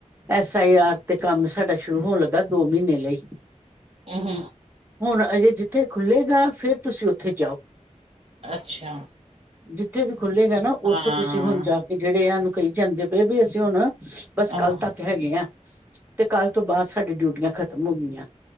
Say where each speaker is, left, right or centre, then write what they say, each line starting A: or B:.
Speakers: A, on the right; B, on the right.
A: ਐਸ ਆਈ ਆਰ ਤੇ ਕੰਮ ਸਾਡਾ ਸ਼ੁਰੂ ਹੋਣ ਲੱਗਾ ਦੋ ਮਹੀਨੇ ਲਈ
B: ਅ ਹ
A: ਹੁਣ ਅਜੇ ਜਿੱਥੇ ਖੁੱਲੇਗਾ, ਫੇਰ ਤੁਸੀਂ ਉੱਥੇ ਜਾਓ
B: ਅੱਛਾ।
A: ਜਿੱਥੇ ਵੀ ਖੁੱਲੇਗਾ ਨਾ
B: ਹਾਂ
A: ਉੱਥੋਂ ਤੁਸੀਂ ਹੁਣ ਜਾ ਕੇ ਜੇੜ੍ਹੇ ਐਨੂੰ ਕਈ ਜਾਂਦੇ ਪਏ ਵੀ ਅਸੀਂ ਹੁਣ ਬਸ ਕੱਲ
B: ਆਹ
A: ਤੱਕ ਹੈਗੇ ਆ ਤੇ ਕੱਲ ਤੋਂ ਬਾਦ ਸਾਡੀ ਡਿਊਟੀਆਂ ਖਤਮ ਹੋ ਗਈਆਂ।